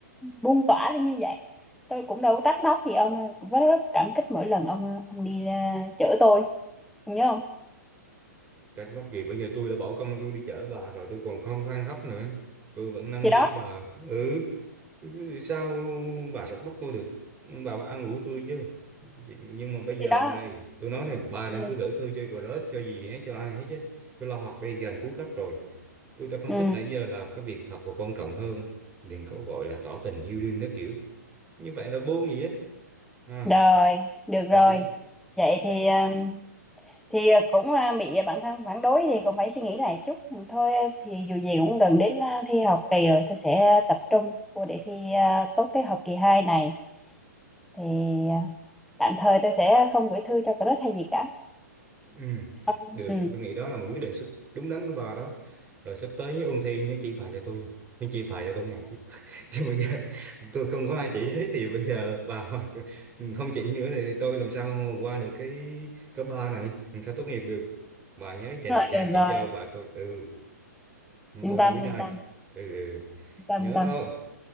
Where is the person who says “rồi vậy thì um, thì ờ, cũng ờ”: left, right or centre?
Centre